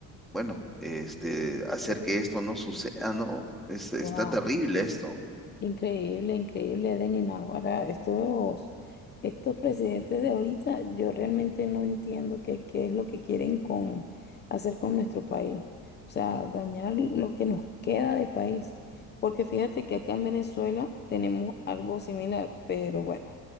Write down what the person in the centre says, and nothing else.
bueno, este, hacer que esto no suceda, ¿no? Es- está
terrible esto.